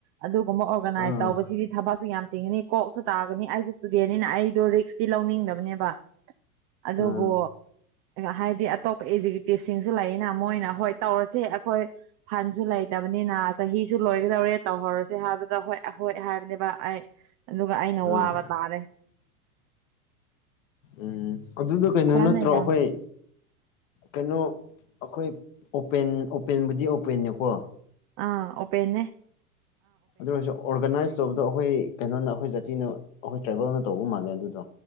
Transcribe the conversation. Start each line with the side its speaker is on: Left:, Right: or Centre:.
Right: ꯑꯗꯨꯒꯨꯝꯕ ꯑꯣꯔꯒꯅꯥꯏꯁ
Left: ꯑꯥ
Right: ꯇꯧꯕꯁꯤꯗꯤ ꯊꯕꯛ ꯌꯥꯝ ꯆꯤꯡꯉꯅꯤ ꯀꯣꯛꯁꯨ ꯇꯥꯛ ꯀꯅꯤ ꯑꯩꯖꯨ ꯇꯨꯗꯦꯅꯤꯅ ꯑꯩꯗꯣ ꯔꯤꯛꯁꯇꯤ ꯂꯧꯅꯤꯡꯗꯕꯅꯦꯕ ꯑꯗꯨꯕꯨ
Left: ꯑꯥ
Right: ꯍꯥꯏꯗꯤ ꯑꯇꯣꯞꯄ ꯏꯖꯤꯒꯌꯨꯇꯤꯕꯁꯤꯡꯖꯨ ꯂꯩꯌꯦꯅ ꯃꯣꯏꯅ ꯍꯣꯏ ꯇꯧꯔꯁꯦ ꯑꯈꯣꯏ ꯐꯟꯁꯨ ꯂꯩꯇꯕꯅꯤꯅ ꯆꯍꯤꯁꯨ ꯂꯣꯏꯒꯗꯧꯔꯦ ꯇꯧꯍꯧꯔꯁꯦ ꯍꯥꯏꯕꯗ ꯍꯣꯏ ꯍꯣꯏ ꯍꯥꯏꯕꯅꯦꯕ ꯑꯩ ꯑꯗꯨꯒ ꯑꯩꯅ
Left: ꯑꯥ
Right: ꯋꯥꯕ ꯇꯥꯔꯦ
Left: ꯎꯝ ꯑꯗꯨꯗꯣ ꯀꯩꯅꯣ
Right: ꯈꯔꯅ
Left: ꯅꯠꯇ꯭ꯔꯣ
Right: ꯌꯥꯝ
Left: ꯑꯈꯣꯏ ꯀꯩꯅꯣ ꯑꯩꯈꯣꯏ ꯑꯣꯄꯦꯟ ꯑꯣꯄꯦꯟꯕꯨꯗꯤ ꯑꯣꯄꯦꯟꯅꯀꯣ
Right: ꯑꯥ ꯑꯣꯄꯟꯅꯦ
Left: ꯑꯗꯨ ꯑꯣꯏꯔꯁꯨ ꯑꯣꯔꯒꯅꯥꯏꯁ ꯇꯧꯕꯗꯣ ꯑꯩꯈꯣꯏ ꯀꯩꯅꯣꯅ ꯑꯩꯈꯣꯏ ꯖꯥꯇꯤꯅ ꯑꯩꯈꯣꯏ ꯇ꯭ꯔꯥꯏꯕꯦꯜꯅ ꯇꯧꯕ ꯃꯥꯜꯂꯦ ꯑꯗꯨꯗꯣ